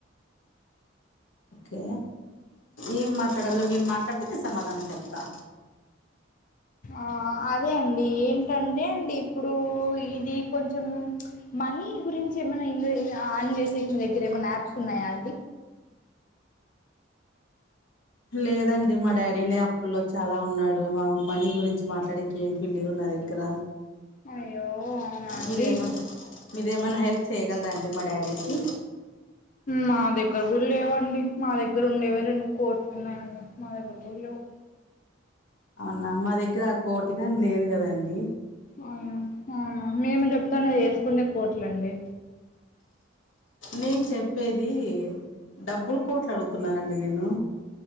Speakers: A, on the left; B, on the left.
A: ఓకే ఏం మాట్లాడల్ల మీరు మాట్లాడితే నేను సమాధానం చెప్తా
B: ఆ అదే అండి ఏంటంటే అండి ఇప్పుడు ఇది కొంచెం మన్ నీ గురించి ఏమైనా ఇన్వె ఆన్ చేసేసి మీ దగ్గర ఏమైనా యాప్స్ ఉన్నాయా అండి
A: లేదండి మా డాడీనే అప్పులో చాలా ఉన్నాడు మా మనీ గురించి మాట్లాడేకి ఏంటివి లేవు నా నా దగ్గర
B: అయ్యో అవునా అండి
A: మీరేమన్నా మీరేమన్నా హెల్ప్ చేయగలరాండి మా డాడీకి
B: మా దగ్గర కూడా లేవండి మా దగ్గర ఉండేవే రెండు కోట్లున్నాయండి మా దగ్గర కూడా లేవ్ <inaudible>
A: న్న మా దగ్గర ఆ కోటిగాని లేదు కదండి
B: అవును అవునా మేము చెప్తాండేది యేసుకుండే కోట్లండి
A: నేను చెప్పేది డబ్బులు కోట్లు అడుగుతున్నానండి నేను